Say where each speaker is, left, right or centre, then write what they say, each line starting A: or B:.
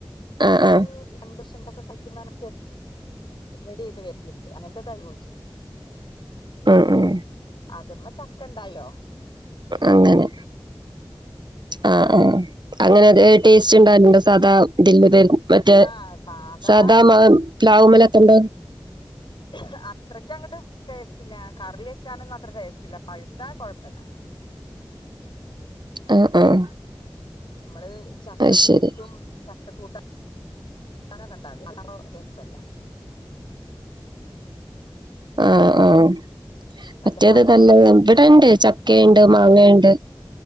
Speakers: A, on the right; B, on the left.
A: ആഹ് ആഹ്
B: അത് രണ്ട് വർഷൊക്കെ കായ്ക്കുന്നാണ് <inaudible> അങ്ങനത്തെ തൈയ് കുഴിച്ചു
A: ഉം ഉം
B: അതുമേ ചക്ക ഇണ്ടായില്ലോ.
A: അങ്ങനെ ആഹ് ആഹ് അങ്ങനെ ടേസ്റ്റ് ഉണ്ടാവലുണ്ടോ സാധാ ഇതില്. മറ്റേ
B: ആ സാധാ
A: സാദാ മാവ് പ്ലാവ് മ്മലൊക്കെ ഉണ്ടാവുന്ന
B: <inaudible> അത്രയ്ക്കങ്ങട്ട് ടേസ്റ്റ് ഇല്ല കറി വെക്കാനൊന്നും അത്ര ടേസ്റ്റ് ഇല്ല പഴുത്താ കൊഴപ്പല്ല
A: ആഹ് ആഹ്.
B: അമ്മള് ചക്ക
A: അത്
B: പുഴുത്തും
A: ശരി
B: ചക്കക്കൂട്ട അന്നപ്പോ രസല്ല
A: ആഹ് ആഹ്
B: നല്ല
A: മറ്റേത്
B: പഴുത്തിട്ട്
A: നല്ലേ
B: കഴിക്കുന്നതിന്
A: ഇവിടെണ്ട്
B: കൊഴപ്പം
A: ച ക്കേണ്ട് മാങ്ങേണ്ട്